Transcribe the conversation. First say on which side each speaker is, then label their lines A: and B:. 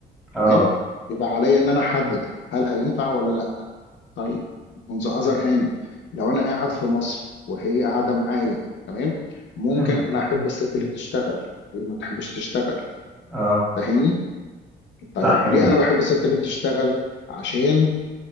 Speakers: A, in the centre; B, on the left.
A: اه
B: تمام يبقى عليا ان انا احدد هل هينفع ولا لا طيب on the other hand لو انا قاعد في مصر وهي قاعده معايا تمام ممكن
A: أمم،
B: انا احب الست اللي بتشتغل هي ما تحبش تشتغل
A: اه
B: فاهمني طيب
A: صح جدا
B: ليه انا بحب الست اللي بتشتغل عشان